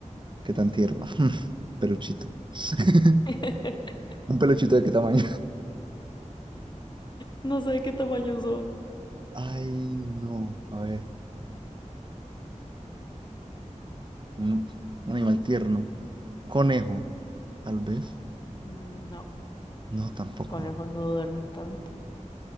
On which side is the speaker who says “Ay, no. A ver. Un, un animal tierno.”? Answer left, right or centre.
Right